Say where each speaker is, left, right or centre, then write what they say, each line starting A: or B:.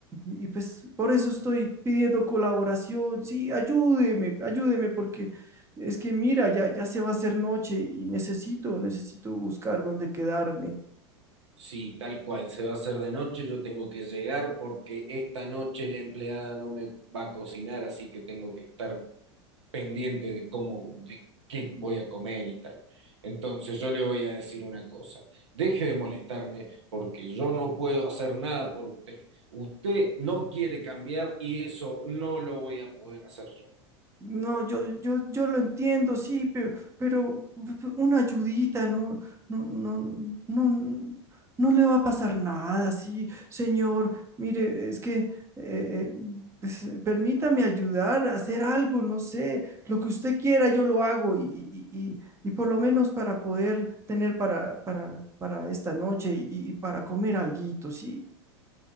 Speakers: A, on the right (about 20°); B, on the right (about 75°).
A: y pues por eso estoy pidiendo colaboración. Sí, ayúdeme, ayúdeme porque es que mira, ya, ya se va a hacer noche y necesito, necesito buscar dónde quedarme.
B: si tal cual se va a hacer de noche, yo tengo que llegar porque esta noche la empleada no me va a cocinar, así que tengo que estar pendiente de cómo, de qué voy a comer y tal. Entonces yo le voy a decir una cosa, deje de molestarme porque yo no puedo hacer nada por usted. Usted no quiere cambiar y eso no lo voy a poder hacer yo.
A: No, yo, yo, yo lo entiendo, sí, pero, pero una ayudita, no, no, no, no, no le va a pasar nada, sí, señor. Mire, es que eh, eh, pues, eh, permítame ayudar a hacer algo, no sé, lo que usted quiera, yo lo hago y, y, y- y por lo menos para poder tener para, para, para esta noche y, y para comer alguito, sí.